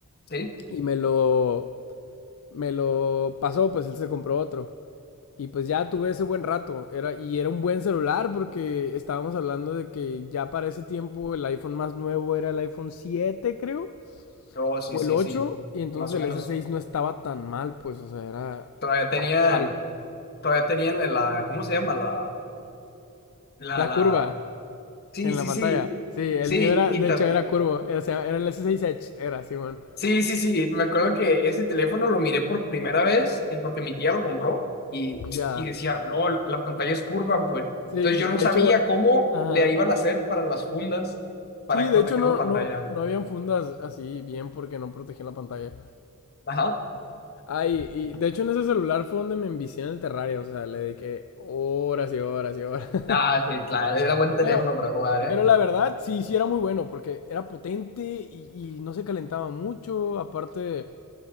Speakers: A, on the left; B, on the left.
A: sí,
B: y me lo, me lo pasó, pues él se compró otro. Y pues ya tuve ese buen rato. Era, y era un buen celular porque estábamos hablando de que ya para ese tiempo el iPhone más nuevo era el iPhone 7, creo,
A: oh, sí,
B: o
A: sí,
B: el 8.
A: sí,
B: Y entonces
A: más o
B: el
A: menos,
B: S6 no estaba tan mal, pues, o sea, era
A: todavía tenían,
B: actual.
A: todavía tenían la, ¿cómo se llama? La, la,
B: La
A: la,
B: curva
A: sí,
B: en
A: sí,
B: la pantalla.
A: sí,
B: Sí, el
A: sí,
B: mío era,
A: y
B: de
A: tan,
B: hecho, era curvo. Era, se llama- era el S6 Edge, era, Simón.
A: sí, sí, sí, me acuerdo que ese teléfono lo miré por primera vez, eh, porque mi tía lo compró, y,
B: Ya.
A: y decía, LOL, la pantalla es curva, pues,
B: Sí,
A: entonces yo no
B: de
A: sabía
B: hecho,
A: cómo
B: ajá.
A: le iban a hacer para las fundas, para
B: Sí,
A: proteger
B: de hecho no,
A: la pantalla.
B: no, no habían fundas así bien porque no protegían la pantalla.
A: Ajá.
B: Ay, y de hecho en ese celular fue donde me envicié en el terrario, o sea, le dediqué horas y horas y horas. <laughs>
A: Ah, sí, claro, era buen teléfono
B: Pero,
A: para jugar, ¿eh?
B: pero la verdad, sí, sí era muy bueno, porque era potente y, y no se calentaba mucho, aparte,